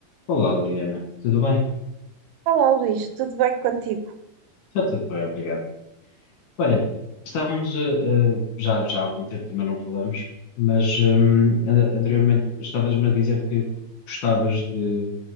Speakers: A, on the left; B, on the right.
A: Olá, Liliana. Tudo bem?
B: Olá, Luís, tudo bem contigo?
A: Está tudo bem, obrigado. Olha, estávamos, eh, eh, já, já há algum tempo também não falamos, mas hum, an- anteriormente estavas-me a dizer que gostavas de,